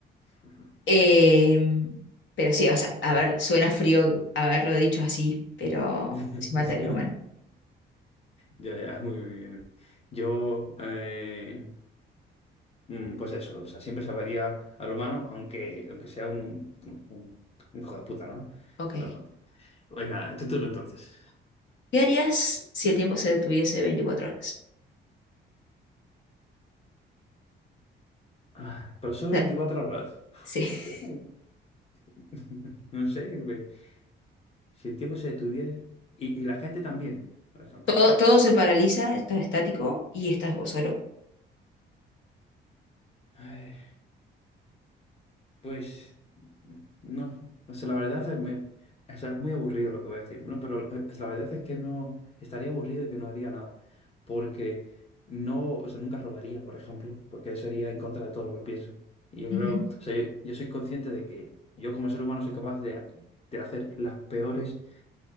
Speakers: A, on the left (about 30°); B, on the left (about 70°).
A: Ujú. <laughs>
B: Eh, pero sí, o sea, a ver, suena frío haberlo dicho así, pero
A: Sí.
B: sí mataría al humano.
A: Ya, ya, muy bien. Yo, eh, mm, pues eso, o sea, siempre salvaría al humano, aunque, aunque sea un, un, un hijo de puta, ¿no?
B: Ok.
A: Pero bueno. Venga, tu turno entonces.
B: ¿Qué harías si el tiempo se detuviese 24 horas?
A: Ah, Pero solo
B: O sea,
A: 24 horas. Uf,
B: sí.
A: No
B: <laughs>
A: sé. <laughs> No sé, güey. Si el tiempo se detuviera. Y, y la gente también, por ejemplo.
B: Todo, todo se paraliza, estás estático y estás vos solo.
A: Ay, pues. No. O sea, la verdad es, me, o sea, es muy aburrido lo que voy a decir, ¿no? Pero eh, la verdad es que no. Estaría aburrido y que no haría nada. Porque no. O sea, nunca robaría, por ejemplo. Porque eso iría en contra de todo lo que pienso. Y yo
B: Ujú,
A: creo. O sea, yo, yo soy consciente de que yo como ser humano soy capaz de, de hacer las peores